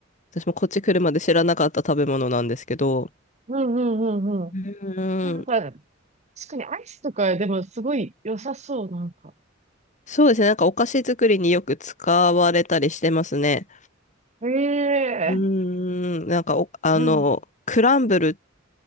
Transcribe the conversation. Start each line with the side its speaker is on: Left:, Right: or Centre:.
Left: 私もこっち来るまで知らなかった食べ物なんですけど。
Right: うんうんうんうんうん。
Left: うーん、
Right: なんか、確かにアイスとかでもすごい良さそう、なんか。
Left: そうですね。なんかお菓子作りによく使われたりしてますね。
Right: へえ、
Left: うーん、なんかお、あの、
Right: なん、
Left: クランブルっ